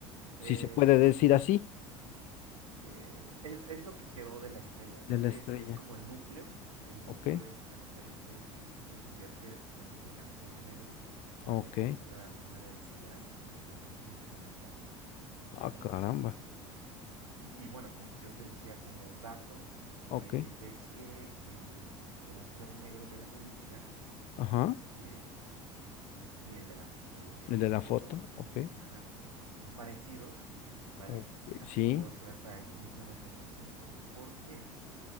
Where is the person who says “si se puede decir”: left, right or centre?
Left